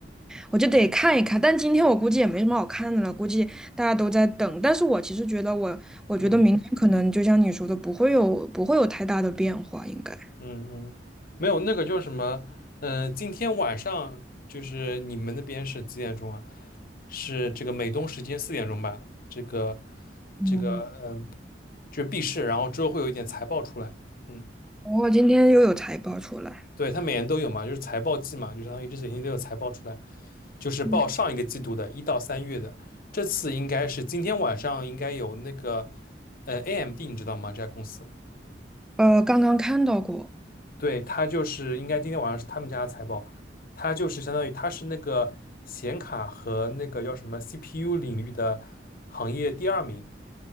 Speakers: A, in the centre; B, on the left (about 55°).
A: 我就得看一看。但今天我估计也没什么好看的了，估计大家都在等。但是我其实觉得我，我觉得明天可能就像你说的，
B: <laughs> 嗯。
A: 不会有不会有太大的变化，应该。
B: 嗯嗯，没有那个叫什么，嗯、今天晚上就是你们那边是几点钟啊？是这个美东时间四点钟吧？这个
A: 嗯
B: 这个，嗯、就是闭市，然后之后会有一点财报出来，嗯，
A: 我、今天又有财报出来，
B: 对，它每年都有嘛，就是财报季嘛，就相当于这几天都有财报出来，就是报上一个季度的一到三月的，
A: 嗯
B: 这次应该是今天晚上应该有那个，呃，AMD 你知道吗？这家公司。
A: 呃，刚刚看到过。
B: 对，它就是应该今天晚上是他们家的财报，它就是相当于它是那个显卡和那个叫什么 CPU 领域的行业第二名，